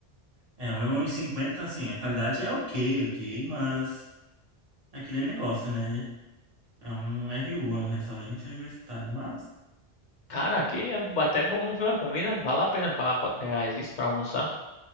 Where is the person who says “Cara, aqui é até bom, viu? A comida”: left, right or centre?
Left